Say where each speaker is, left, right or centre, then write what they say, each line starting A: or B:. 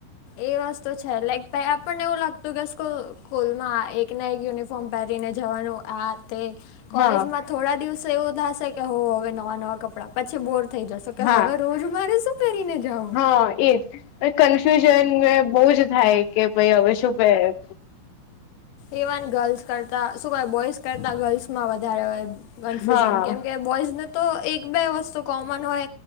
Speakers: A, on the left (about 85°); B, on the left (about 70°).
A: એ વસ્તુ છે લાઈક ભાઈ આપણને એવું લાગતું કે સ્કૂલમાં એક ના એક યુનિફોર્મ ફોર્મ પહેરીને જવાનું આ તે કોલેજમાં
B: હા
A: થોડા દિવસે એવું થશે કે હો હવે નવા નવા કપડા પછી બોર થઈ જશો કે
B: હા
A: હવે રોજ મારે શું પહેરીને જાઓ
B: હા એજ કન્ફ્યુઝન બહુ જ થાય કે ભાઈ હવે શું પેરે
A: ઇવન ગર્લ્સ કરતા શું ક બોઇસ કરતા ગર્લ્સમાં વધારે કન્ફ્યુઝન
B: હા
A: કેમ કે બોઈઝને તો એક બે વસ્તુ કોમન હોય